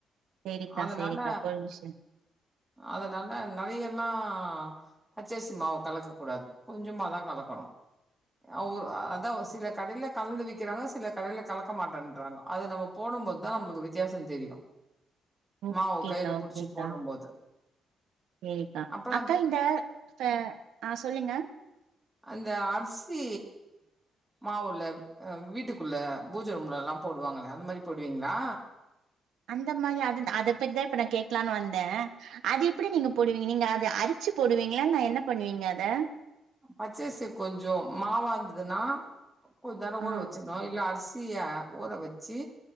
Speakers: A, on the right; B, in the centre.
A: சேரிக்கா
B: அதனால
A: சேரிக்கா புரிஞ்ச்சு
B: அதனால நெறையெல்லா பச்சர்சி மாவ கலக்க கூடாது கொஞ்சமாதா கலக்கணு அவு அதா சில கடையில கலந்து விக்கிறாங்க சில கடையில கலக்க மாட்டென்றாங்க அது நம்ம போடும் போத்தான் நம்மள்க்கு வித்தியாசொ தெரியு
A: உக்
B: மாவு
A: கேட்டா
B: கையில புடிச்சு
A: கேக்கா
B: போடும்போது
A: சேரிக்கா
B: அப்புறம்
A: அக்கா
B: அந்த
A: இந்த ஸ்ட அ சொல்லுங்க
B: அந்த அர்சி மாவுள்ள வீட்டுக்குள்ள பூஜ ரூம்லல்லா போடுவாங்களே அந்த மாரி போடுவீங்ளா
A: அந்த மாதி அது அத பத்திதா இப்ப நா கேக்கலானு வந்தே அது எப்டி நீங்க போடுவீங் நீங்க அது அரிச்சு போடுவிங்ளா இல்ல என்ன பண்ணுவீங்க அத
B: பச்சரிசி கொஞ்சோ மாவாருந்துதுனா, கொஞ்ச நேர
A: ஆ
B: ஊரவச்சிருனு இல்ல அரிசி சிய ஊற வச்சு